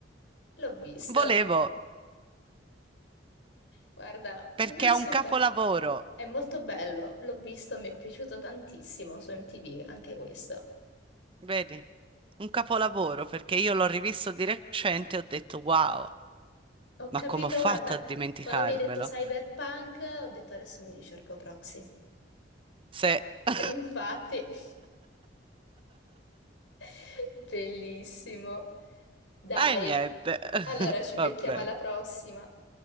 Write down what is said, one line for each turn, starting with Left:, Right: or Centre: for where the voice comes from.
Left: L'ho visto.
Right: Volevo,
Left: Guarda,
Right: perché
Left: me lo
Right: è
Left: aspettavo.
Right: un capolavoro,
Left: È molto bello, l'ho visto, mi è piaciuto tantissimo su MTV, anche questo.
Right: vedi? Un capolavoro, perché io l'ho rivisto di recente e ho detto, wow,
Left: Ho
Right: ma
Left: capito,
Right: come ho fatto
Left: guarda,
Right: a dimenticarmelo?
Left: quando mi hai detto cyberpunk, ho detto adesso mi ricerco Proxy.
Right: Se... <laughs>
Left: Ed infatti, <laughs> bellissimo. Dai,
Right: E niente, <laughs>
Left: allora ci
Right: va
Left: becchiamo
Right: bene,
Left: alla prossima.